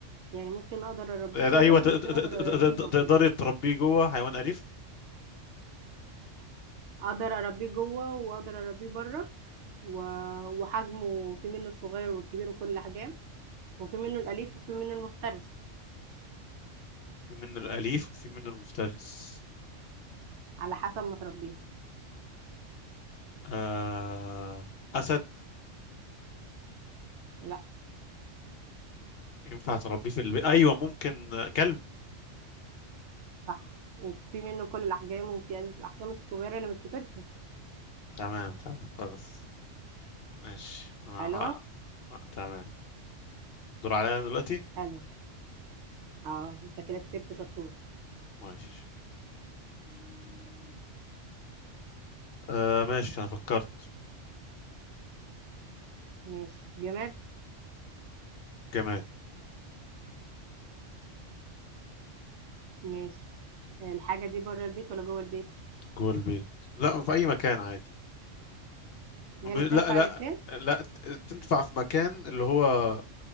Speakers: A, on the right (about 70°); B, on the left (about 60°).
A: يعني ممكن اقدر اربيه
B: ايوه
A: جوه وممكن
B: ت- ت-
A: اقدر
B: ت-
A: اربيه
B: ت-
A: بره
B: تقدري تربيه جوه حيوان اليف
A: اقدر اربيه جوه واقدر اربيه بره و... وحجمه في منه الصغير والكبير وكل حاجة وفي منه الأليف وفي منه المفترس
B: في منه الاليف وفي منه المفترس
A: على حسب ما تربيه
B: آه... اسد
A: لا
B: ينفع تربيه في البيت ايوه ممكن آه، كلب
A: صح وفي منه كل الأحجام وفي الأحجام الصغيرة اللي مش بتكبر
B: تمام تمام خلاص ماشي انا
A: حلوة
B: ه... تمام دور عليا أنا دلوقتي
A: حلوة اه انت كده كسبت شطور
B: ماشي مم. آه ماشي انا فكرت
A: ماشي جماد
B: جماد
A: ماشي الحاجة دي بره البيت ولا جوه البيت
B: جوه البيت لا في اي مكان عادي ب-
A: يعني
B: لا
A: تنفع
B: لا
A: الاتنين
B: لا ت- تنفع في مكان اللي هو